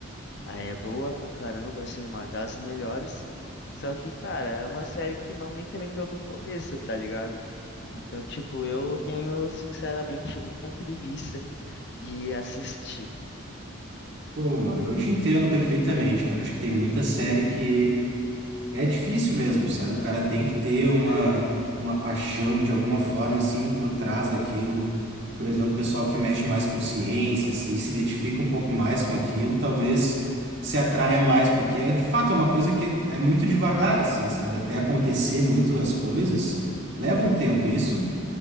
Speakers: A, on the left; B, on the right.
A: ah, é boa pra caramba, assim, uma das melhores. Só que, cara, é uma série que não me prendeu no começo, tá ligado? Então, tipo, eu tenho, sinceramente, muita preguiça e assistir.
B: Pô, mano, eu te entendo perfeitamente, cara. Acho que tem muita série que É difícil mesmo, sabe? O cara tem que ter uma, uma paixão de alguma forma, assim, por trás daquilo. Por exemplo, o pessoal que mexe mais com ciência, se se identifica um pouco mais com aquilo, talvez se atraia mais, porque é, de fato é uma coisa que é muito devagar, assim, sabe? Até acontecer muito as coisas, leva um tempo. E Isso